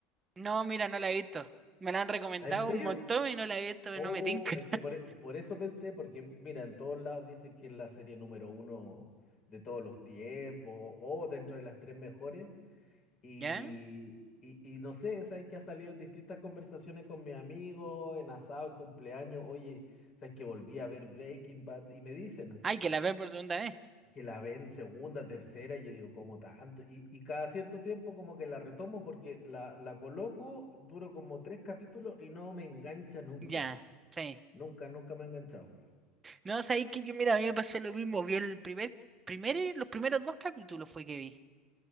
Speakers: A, on the right; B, on the left.
A: No, mira, no la he visto. Me la han recomendado
B: Ah, ¿En serio?
A: un montón y no la he visto,
B: Oh,
A: no me tinca.
B: es
A: <laughs>
B: que por, e- por eso pensé, porque mira, en todos lados dice que es la serie número uno de todos los tiempos, o dentro de las tres mejores, y,
A: ¿Ya?
B: y, y no sé, sabes que ha salido en distintas conversaciones con mis amigos, en asado, en cumpleaños, oye, sabes que volví a ver Breaking Bad, y me dicen así,
A: Ay, que la ven por segunda vez.
B: que la ven segunda, tercera, y yo digo, ¿cómo tanto? Y, y cada cierto tiempo como que la retomo porque la, la coloco, duro como tres capítulos y no me engancha nunca.
A: Ya, sí.
B: Nunca, nunca me ha enganchado.
A: No, sabéis que yo, mira, a mí me pasó lo mismo. Vi el primer, primer, los primeros dos capítulos fue que vi.